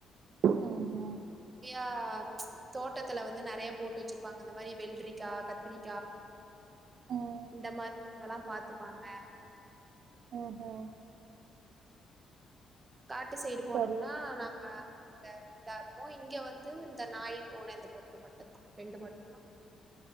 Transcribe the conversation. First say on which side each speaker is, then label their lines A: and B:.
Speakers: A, on the right; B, on the right.
A: ம் ம்
B: ஆஹ் தோட்டத்துல வந்து நெறையப் போட்டு வச்சிருப்பாங்க அந்த மாரி வெல்ரிக்கா கத்திரிக்கா
A: ம்
B: இந்த மாரி ரிக்கு அதெல்லாம் பாத்துப்பாங்க
A: உம் ஹும்
B: காட்டு சைடு போனோம்னா
A: சரி
B: நாங்க த இதா இருக்கும் இங்க வந்து இந்த நாயி பூன இந்த ரெண்டு மட்டுந்தான் ரெண்டு மட்டுந்தான்